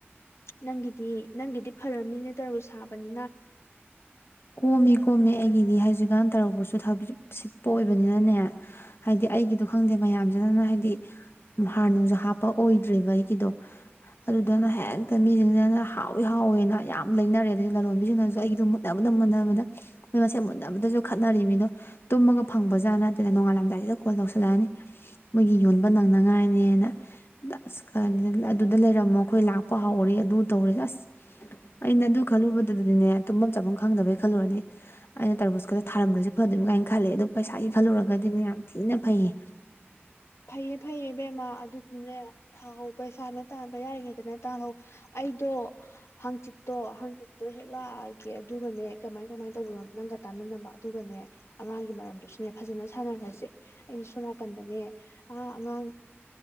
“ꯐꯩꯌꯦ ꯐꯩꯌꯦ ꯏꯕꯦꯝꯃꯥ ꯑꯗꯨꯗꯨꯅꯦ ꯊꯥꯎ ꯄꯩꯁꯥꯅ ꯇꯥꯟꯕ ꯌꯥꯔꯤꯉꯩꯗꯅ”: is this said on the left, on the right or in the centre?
Left